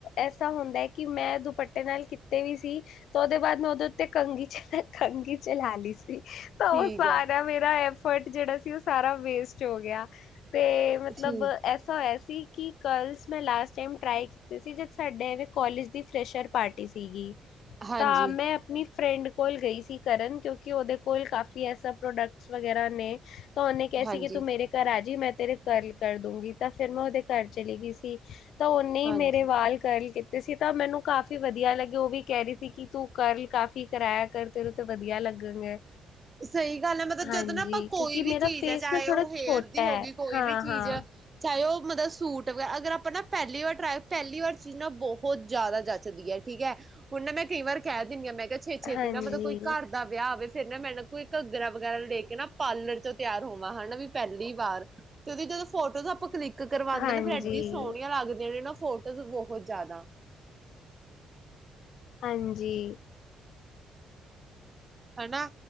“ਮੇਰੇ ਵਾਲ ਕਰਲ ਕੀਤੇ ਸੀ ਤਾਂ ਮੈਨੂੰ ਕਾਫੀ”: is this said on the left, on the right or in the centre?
Left